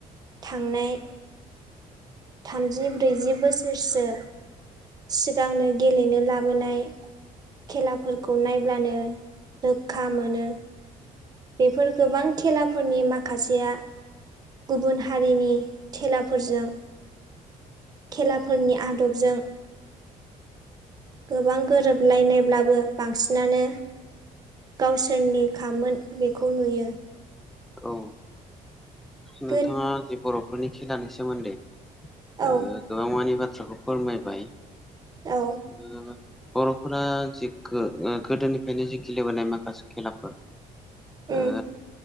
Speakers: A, on the right; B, in the centre.
A: थांनाय थामजि ब्रैजि बोसोरसो सिगांनो गेलेनो लाबोनाय खेलाफोरखौ नायब्लानो रोखा मोनो बेफोर गोबां खेलाफोरनि माखासेया गुबुन हारिनि थेलाफोरजों खेलाफोरनि आदबजों गोबां गोरोबलायनायब्लाबो बांसिनानो गावसोरनि खामोन बेखौ नुयो
B: औ नोंथांङा
A: गोद
B: जि बर'फोरनि खेलानि सोमोन्दै
A: औ
B: गोबां मानि बाथ्राखौ फोरमायबाय
A: औ
B: ओ बर'फोरा जि गोदोनिफ्रायनो जि गेलेबोनाय माखासे खेलाफोर
A: उम
B: ओ